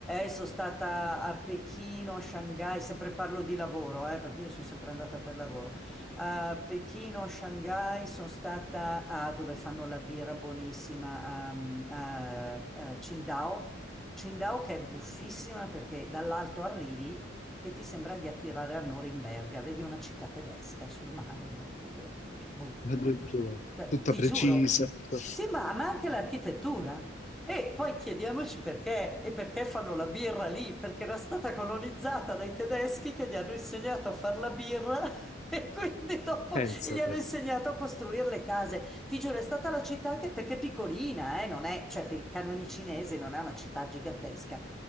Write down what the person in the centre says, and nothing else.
sono stata a Pechino, a Shanghai, sempre parlo di lavoro, eh, perché io sono sempre andata per lavoro. A Pechino, a Shanghai, sono stata a dove fanno la birra buonissima, um, a, a Qingdao. Qingdao che è buffissima perché dall'alto arrivi e ti sembra di attirare a Norimberga, vedi una città tedesca sul mare, no? Cioè, Dici, boh,
ma... Cioè,
ti
giuro,
sì, ma, ma anche l'architettura. E poi chiediamoci perché e perché fanno la birra lì, perché era stata colonizzata dai tedeschi che gli hanno insegnato a fare la birra <laughs> e quindi dopo
gli hanno
insegnato a costruire le case. Ti giuro, è stata la città che, perché è piccolina, eh, non è, cioè per i canoni cinesi non è una città gigantesca,